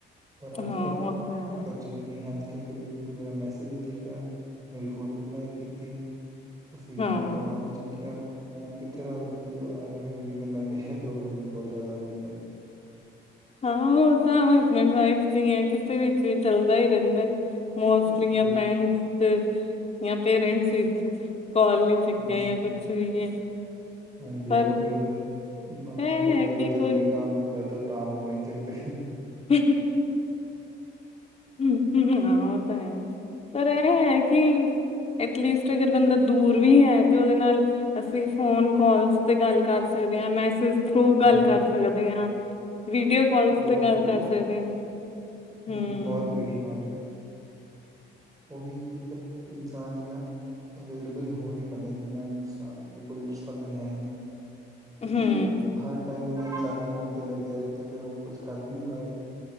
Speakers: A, on the right (about 15°); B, on the left (about 35°).
A: ਪਰ ਅੱਜ
B: ਹਾਂ
A: -ਕੱਲ੍ਹ
B: ਉਹ ਤਾਂ ਹੈ
A: ਕੁਛ ਵੀ ਨਹੀਂ ਅੱਜ-ਕੱਲ ਤੇ, ਤੂੰ ਮੇਰਾ ਮੈਸੇਜ ਨਈ ਦੇਖਿਆ, ਮੇਰੀ ਫੋਟੋ ਨੀ ਲਾਈਕ ਕੀਤੀ ਤੁਸੀਂ
B: ਹਾਂ
A: ਜੀ, ਕੋਲ ਨੀ ਚੁੱਕਿਆ। ਫੋਨ ਕਿੱਥੇ ਰੱਖ ਦਿੰਦੇ ਹੋ। ਐਵੇਂ- ਐਵੇਂ ਦੀ ਗੱਲਾਂ ਵੀ ਪ੍ਰੋਬਲਮ ਵੀ ਬਹੁਤ ਜ਼ਿਆਦਾ ਆ ਜਾਂਦੀਆਂ।
B: ਹਾਂ। ਉਹ ਤਾਂ ਹਸਬੈਂਡ ਵਾਈਫ ਚ, ਹੀ ਯਾ ਕਿਸੇ ਵਿੱਚ ਵੀ ਚੱਲਦਾ ਹੀ ਰਹਿੰਦਾ। ਮੋਸਟਲੀ
A: ਹਾਂਜੀ
B: ਜਾਂ ਫਰੈਂਡਸ ਚ, ਜਾਂ ਪੇਰੈਂਟਸ ਵਿੱਚ ਕੋਲ ਕਿਆ
A: ਹੂੰ,
B: ਕੁੱਛ ਵੀ ਹੈ।
A: ਹਾਂਜੀ,
B: ਪਰ
A: ਉਹੀ ਮਤਲਬ ਮਮਾ
B: ਇਹ
A: ਨੂੰ ਫੋਨ
B: ਹੈ
A: ਕਰੋ,
B: ਕਿ
A: ਜਰੂਰੀ
B: ਕੋਈ
A: ਕੰਮ ਹੁੰਦਾ ਤੋਂ ਤਾਂ ਫ਼ੋਨ ਨੀ ਚਕਦੇ।
B: ਹ ਹ ਹਾਂ ਉਹ ਤਾਂ ਹੈ। ਪਰ ਇਹ ਹੈ। ਕਿ ਐਟਲੀਸਟ ਅਗਰ ਬੰਦਾ ਦੂਰ ਵੀ ਹੈ, ਤੇ ਉਹਦੇ ਨਾਲ ਅਸੀਂ ਫੋਨ ਕਾਲਸ ਤੇ ਗੱਲ ਕਰ ਸਕਦੇ ਹਾ। ਮੈਸਜ ਥਰੂ ਗੱਲ
A: ਹਾਂਜੀ-ਹਾਂਜੀ
B: ਕਰ ਸਕਦੇ ਹਾਂ। ਵੀਡੀਓ ਕੋਲਸ
A: ਬਹੁਤ
B: ਤੋਂ ਗੱਲ
A: ਮੀਡੀਅਮ
B: ਕਰ ਸਕਦੇ
A: ਆ ਗਏ।
B: ਹਾਂ। ਹਮ
A: ਹੂੰ ਬਹੁਤ ਮੀਡੀਅਮ ਆ ਗਏ ਨੇ ਉਹੀ ਕਿ ਇਨਸਾਨ ਇਨਾ ਅਵੇਲੇਬਲ ਹੋ ਨਹੀਂ ਪੈਂਦਾ, ਜਿੰਨਾ ਇਨਸਾਨ ਦੇ ਕੋਲ ਸਾਧਨ ਹੈ। ਨੇ ਕਿਉਂਕਿ
B: ਹੂੰ,
A: ਹਰ ਟਾਈਮ ਵੀ ਇਨਸਾਨ ਫੋਨ ਤੇ ਲੱਗਿਆ ਰਹੇ, ਤੇ ਫਿਰ ਉਹ ਕੁਛ ਕਰ ਵੀ ਨੀ ਪਾਏਗਾ।